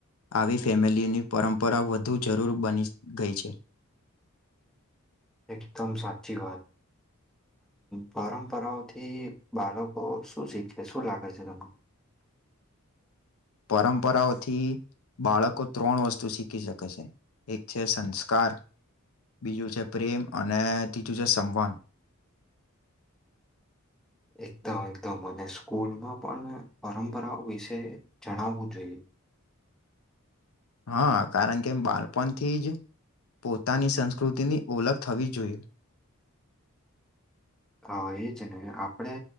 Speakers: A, on the left; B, in the centre.
A: આવી ફેમિલીની પરંપરા વધુ જરૂર બની ગઈ છે
B: એકદમ સાચચી વાત પરંપરાઓથી બાળકો શું શીખે શું લાગે છે તમને
A: પરંપરાઓથી બાળકો ત્રણ વસ્તુ શીખી શકે છે એક છે સંસ્કાર બીજું છે પ્રેમ અને ત્રીજું છે <unintelligible>
B: એકદમ એકદમ અને સ્કૂલમાં પણ પરંપરાઓ વિશે જણાવવું જોઈએ
A: હા કારણ કે એમ બાળપણથી જ પોતાની સંસ્કૃતિની ઓળખ થવી જોઈએ
B: એજ ને આપડણે